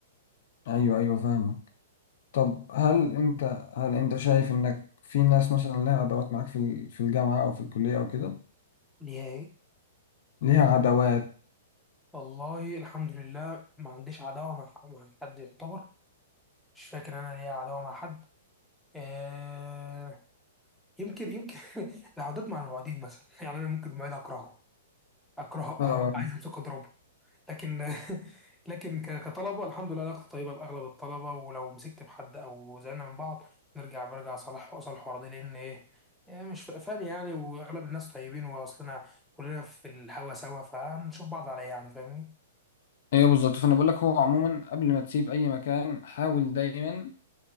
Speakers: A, on the left; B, in the centre.
A: ايوه ايوه فاهمك طب هل انت هل انت شايف انك في ناس مثلا لها عداوات معاك في ال- في الجامعة او في الكلية او كده
B: ليها ايه
A: ليها عداوات
B: والله الحمد لله ما عنديش عداوه مع مع حد يعتبر مش فاكر انا ليا عداوه مع حد آه يمكن يمكن <laughs> العودات مع المواعيدين مثلا <laughs> يعني انا ممكن المواعيد اكرهه اكره
A: آه.
B: أبقى عايز امسكه اضربه لكن <laughs> لكن ك- كطلبه الحمد لله علاقتي طيبه باغلب الطلبه ولو مسكت في حد او زعلنا من بعض نرجع برجع صالح واصالح ورا دي لان ايه إيه مش فاني يعني واغلب الناس طيبين واصلنا كلنا في الهوا سوا فهنشوف بعض عليه يعني فاهمني
A: ايوه بالظبط فانا بقول لك هو عموما قبل ما تسيب اي مكان حاول دايما